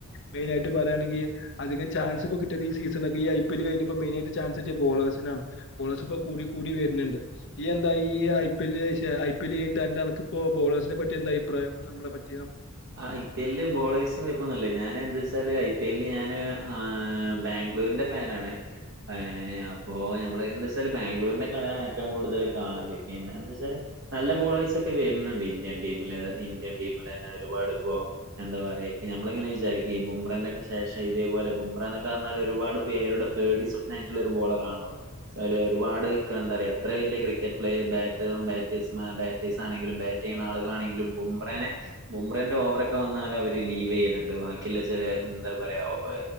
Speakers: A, on the left; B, on the right.
A: മെയിനായിട്ട് പറുകയാണെങ്കി അധിക ചാൻസ് പ്പ കിട്ടിയത്ഈ സീസണൊക്കെ ഇ ഐ പി എൽ കിഞ്ഞപ്പോ മെയിനായിട്ട് ചാൻസ് ട്ടിയ ബോൾ പേസിനാണ് പേസ്പ കൂടി കൂടി വര്ണ് ണ്ട് ഈ എന്താ ഈ ഐ പി ല്ല് ശെ ഐ പി എല് ഴിഞ്ഞട്ട് എനക് പ്പോ ബോളേഴസിനെ പറ്റി എന്ത അയിപ്രായം നമ്ളെ പറ്റ്
B: അ ഐ പി എല് ബോളേഴ്സ്ന് പ്പന്നല്ലേ ഞാൻ എന്താ വെച്ചാല് ഐ പി എല്ഞാന് ആ ബാംഗ്ലൂരിന്റെ ഫാനാണ് ഏ അപ്പൊ എമ്മള് എന്ത വെച്ചാല് ബാംഗ്ലൂരിന്റെ കളയാണ് ഏറ്റവും കൂടുതല് കാണ പിന്നെ എന്നാവെച്ചാല് നല്ല ബോളേഴ്സ് ഒക്കെ വരുന്നുണ്ട് ഇന്ത്യൻ ടീമില് ഇന്ത്യൻ ടീമില്ന്നെ ഒരുപാട് ഇപ്പോ എന്താ പറയ ഇ നമ്മളെങ്ങനെ വിചാരിക്കും ഈ കുബ്രെന്റെക്കെ ശേഷം ഇതേപോലെ ബുംബ്രാ ന്നൊക്കെ പർഞാല് ഒരുപാട് പേര്ടെ പേടി സ്വപ്നായിട്ടുള്ള ഒരു ബോളർ ആണോ എ ഒരുപാട്ക് എന്താ പറയ എത്ര വലിയ ക്രിക്ക ക്കറ്റ് പ്ലേ ബാറ്ററൂം ബാറ്റേസ്മാ ബാറ്റേഴ്സ് ആണെങ്കിലും ബാറ്റ് ചെയ്യുന്ന ആളുകളാണെങ്കിലും കുമ്പ്രനെ ബുംബ്രെന്റെ ഓവറൊക്കെ വന്നാൽ അവര് ലീവ് യ്യലുണ്ട് ബാക്കിയുള്ള ചേലെ എന്താ പറയ ഓവ്